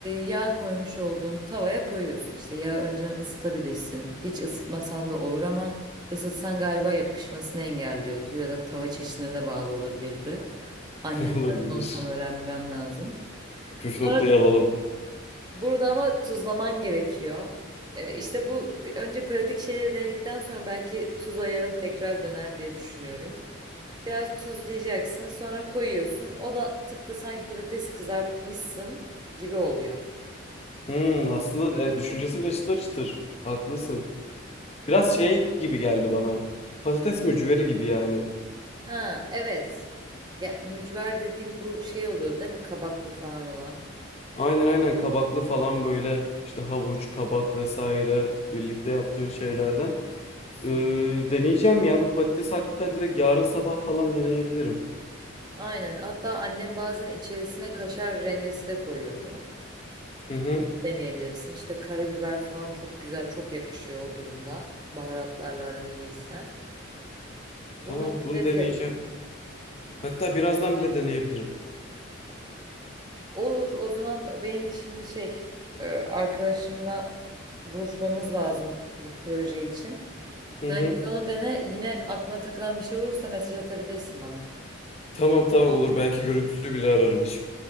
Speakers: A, on the right; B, on the left.
A: yağ koymuş olduğun tavaya koyuyorsun. İşte yağı önceden ısıtabilirsin. Hiç ısıtmasan da olur ama ısıtsan galiba yapışmasını engelliyordu ya da tava çeşidine de bağlı olabilirdi. Annemden
B: <laughs> Olabilir.
A: onu tam öğrenmem lazım.
B: Püf noktayı
A: Sonra
B: alalım.
A: Burada ama tuzlaman gerekiyor. E, işte bu p- önce pratik şeyleri denedikten sonra belki tuz ayarın tekrar döner diye düşünüyorum. Biraz tuzlayacaksın, sonra koyuyorsun. O da tıpkı sanki patates kızartmışsın gibi oluyor.
B: Hmm, aslında e, düşüncesi bile çıtır çıtır. Haklısın. Biraz şey gibi geldi bana. Patates mücveri gibi yani.
A: Ha, evet. Ya, mücver dediğin bu şey oluyor değil mi? Kabaklı falan olan.
B: Aynen aynen kabaklı falan böyle işte havuç, kabak vesaire birlikte yaptığın şeylerden. Ee,
A: Hı.
B: deneyeceğim ya bu patates hatta direkt yarın sabah falan deneyebilirim.
A: Aynen. Hatta annem bazen içerisine kaşar rendesi de koyuyordu.
B: Hı hı.
A: deneyebilirsin. İşte karabiber falan çok güzel, çok yakışıyor o durumda. Baharatlarla aran iyiyse.
B: Tamam
A: Bunu
B: bunu
A: önerebilirim.
B: deneyeceğim. Hatta birazdan bile deneyebilirim.
A: Olur, o zaman benim de şimdi şey, e, arkadaşımla buluşmamız lazım bir proje için.
B: Hı
A: Sen
B: hı.
A: git onu dene. Yine aklına takılan bir şey olursa mesaj atabilirsin bana.
B: Tamam tamam olur. Belki görüntülü bile ararım. Hiç